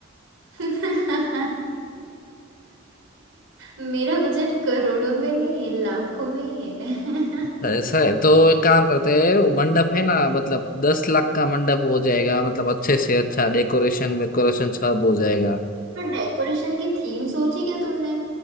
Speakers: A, on the right (about 85°); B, on the left (about 45°).
A: <laughs> मेरा बजट करोड़ों में नहीं है लाखों में ही है
B: ऐसा है तो एक काम करते हैं वो मंडप है ना मतलब दस लाख का मंडप हो जाएगा मतलब अच्छे से अच्छा डेकोरेशन वेकोरेशन सब हो जाएगा
A: पर डेकोरेशन की थीम सोची क्या तुमने